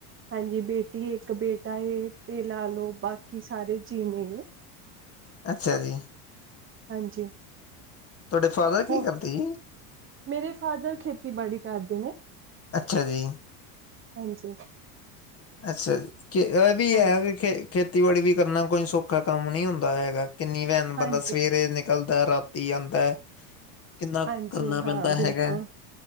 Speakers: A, on the right; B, on the left.
A: ਹਾਂਜੀ ਬੇਟੀ ਇੱਕ ਬੇਟਾ ਤੇ ਲਾ ਲਓ ਬਾਕੀ ਸਾਰੇ ਜੀ ਨੇਗੇ।
B: ਅੱਛਾ ਜੀ।
A: ਹਾਂਜੀ
B: ਤੁਹਾਡੇ ਫਾਦਰ ਕੀ
A: ਹੋਰ
B: ਕਰਦੇ ਜੀ
A: ਮੇਰੇ ਫਾਦਰ ਖੇਤੀਬਾੜੀ ਕਰਦੇ ਨੇ।
B: ਅੱਛਾ ਜੀ।
A: ਹਾਂਜੀ
B: ਅੱਛਾ ਇਹ ਵੀ
A: ਹਾਂਜੀ
B: ਇਹ ਖੇ ਖੇ ਖੇਤੀਬਾੜੀ ਵੀ ਕਰਨਾ ਕੋਈ ਸੌਖਾ ਕੰਮ ਨੀ ਹੁੰਦਾ ਹੈਗਾ ਕਿੰਨੀ ਵੈਣ
A: ਹਾਂਜੀ
B: ਬੰਦਾ ਸਵੇਰੇ ਨਿਕਲ ਤਾ ਰਾਤੀ ਆਂਦਾ। ਕਿੰਨਾ
A: ਹਾਂਜੀ
B: ਕਰਨਾ ਪੈਂਦਾ
A: ਹਾਂ
B: ਹੈਗਾ
A: ਬਿਲਕੁਲ